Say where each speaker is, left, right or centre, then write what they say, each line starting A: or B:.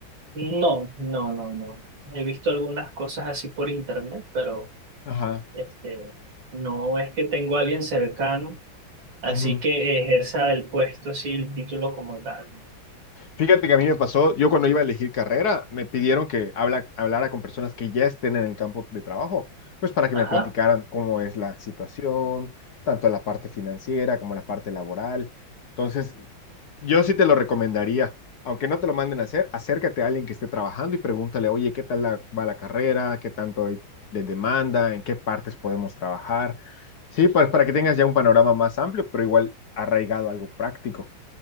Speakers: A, on the right (about 70°); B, on the left (about 55°).
A: No, no, no, no. He visto algunas cosas así por internet, pero
B: Ajá.
A: este, no es que tengo a alguien cercano, así
B: ujú.
A: que ejerza el puesto, así el título como tal. ¿no?
B: Fíjate que a mí me pasó, yo cuando iba a elegir carrera, me pidieron que habla- hablara con personas que ya estén en el campo de trabajo, pues para que
A: Ajá.
B: me platicaran cómo es la situación, tanto la parte financiera como la parte laboral. Entonces, Yo sí te lo recomendaría, aunque no te lo manden a hacer, acércate a alguien que esté trabajando y pregúntale, oye, ¿qué tal la- va la carrera? ¿Qué tanto hay de demanda? ¿En qué partes podemos trabajar? Sí, pues para que tengas ya un panorama más amplio, pero igual arraigado a algo práctico.